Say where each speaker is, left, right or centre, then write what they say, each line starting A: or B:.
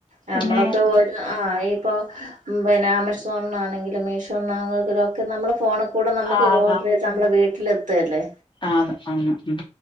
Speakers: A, on the right (about 80°); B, on the left (about 40°).
A: നമ്മളൊക്കെ
B: പിന്നെ
A: ഒരു ആഹ് ഇപ്പൊ പിന്നെ ആമസോണിന്നാണെങ്കിലും മീഷോന്നാണെങ്കിലും ഒക്കെ നമ്മൾ ഫോണ്ക്കുടെ നമ്മക്ക്
B: ആന്ന്
A: ഓർഡർ എടു ത്ത് നമ്മളെ വീട്ടിലെത്തെല്ലേ
B: ആന്ന് ആന്ന് ഉം